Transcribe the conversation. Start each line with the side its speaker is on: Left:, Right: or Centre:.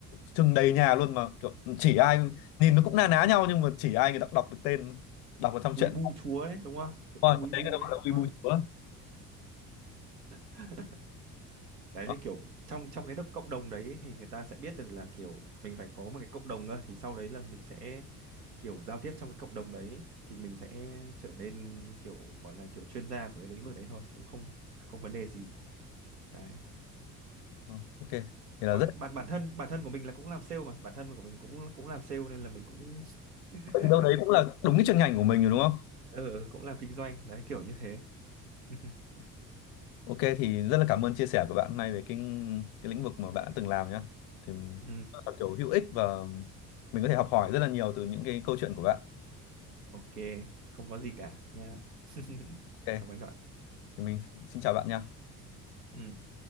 Left: trưng đầy nhà luôn mà kiểu chỉ ai nhìn nó cũng na ná nhau nhưng mà chỉ ai người ta cũng đọc được tên đọc được trong
Right: Weibo
Left: chuyện
Right: chúa đấy đúng không kiểu
Left: Ôi,
Right: các Weibo
Left: đấy cái đó
Right: đấy
Left: gọi là
Right: đúng
Left: quy
Right: không
Left: bù chúa
Right: <laughs> đấy
Left: Ờ,
Right: là kiểu trong trong cái cộng đồng đấy thì người ta sẽ biết được là kiểu mình phải có một cái cộng đồng cơ thì sau đấy là mình sẽ kiểu giao tiếp trong cái cộng đồng đấy thì mình sẽ trở nên kiểu gọi là kiểu chuyên gia của cái lĩnh vực đấy thôi cũng không không vấn đề gì đấy
Left: ờ, ok thì
Right: còn
Left: là rất
Right: bản bản thân bản thân của mình là cũng làm sale mà bản thân của mình cũng cũng làm sale nên là mình cũng
Left: Vậy đâu
Right: <laughs>
Left: đấy cũng
Right: cũng
Left: là đúng cái chuyên ngành của mình rồi đúng không
Right: ờ cũng làm kinh doanh đấy kiểu như thế <laughs>
Left: ok thì rất là cảm ơn chia sẻ của bạn hôm nay về cái cái lĩnh vực mà bạn đã từng làm nhá thì
Right: ừ,
Left: rất là kiểu hữu ích và mình có thể học hỏi rất là nhiều từ những cái câu chuyện của bạn
Right: ok không có gì cả nha <laughs>
Left: ok
Right: cảm ơn các bạn
Left: thì mình xin chào bạn nha
Right: ừ.